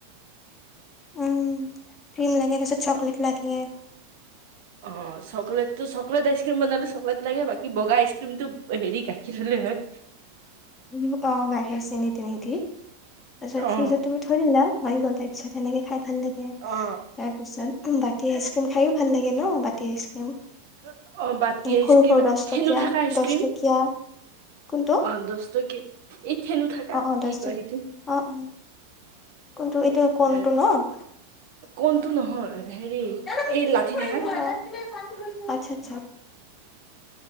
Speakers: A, on the left; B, on the right.
A: উম ক্ৰীম লাগে তছ চকলেট লাগে।
B: অ চকলেটটো চকলেট আইচক্ৰীম বনালে চকলেট লাগে বাকী বগা আইচক্ৰীমটো হেৰি গাখীৰ হলে হয়।
A: উম অ বাহিৰত চেনি টেনি দি। তাৰপিছত
B: অ
A: ফ্ৰিজত তুমি থৈ দিলা। হৈ গ'ল তাৰ পিছত সেনেকে খাই ভাল লাগে
B: অ
A: তাৰপিছত বাতি আইচক্ৰীম খাইও ভাল লাগে ন বাতি আইচক্ৰীম।
B: অ। বাতি
A: এই
B: আইচক্ৰীম
A: সৰু সৰু দহ
B: ঠেনু
A: টকীয়া
B: থকা আইচক্ৰীম
A: দহ টকীয়া কোনটো
B: অ দহ টকী এই ঠেনু থকা
A: অ অ
B: কি
A: দহটকীয়া
B: কয় সেইটো
A: অ অ কোনটো এইটো কোনটো
B: এ
A: ন?
B: কোনটো নহয়। হেৰি
A: ন
B: এই লাঠি থাকাৰ।
A: <unintelligible> <unintelligible>